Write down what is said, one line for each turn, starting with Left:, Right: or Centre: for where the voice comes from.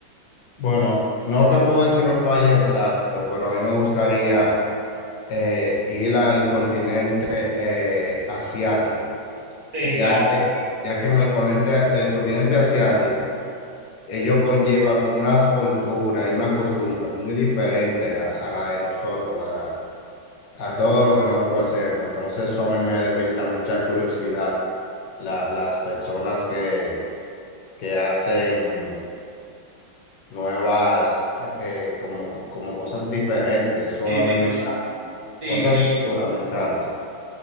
Left: Bueno, no te puedo decir un país exacto, pero a mí me gustaría eh, ir al continente eh, asiático,
Right: Sí,
Left: ya
Right: claro.
Left: que, ya que en el continente, el continente asiático ellos conllevan unas culturas y una costumbre muy diferente a, a la de nosotros, la a todo lo que nosotros hacemos. Entonces eso a mí me despierta mucha curiosidad, la- las personas que, que hacen nuevas, eh, eh, como, co- como cosas diferentes. Eso
Right: Sí,
Left: a
Right: tecno-
Left: mí me encanta.
Right: sí,
Left: Otras
Right: sí.
Left: culturas me encanta.